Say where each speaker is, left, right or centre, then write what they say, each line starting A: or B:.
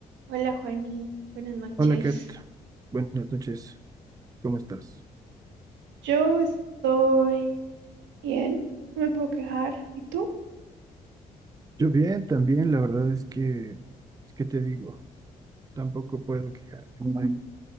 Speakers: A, on the right; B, on the right.
A: Hola Juani, buenas noches.
B: Hola Kat, buenas noches, ¿cómo estás?
A: Yo estoy bien, no me puedo quejar. ¿Y tú?
B: Yo bien, también, la verdad es que, ¿qué te digo, tampoco puedo quejarme, no hay,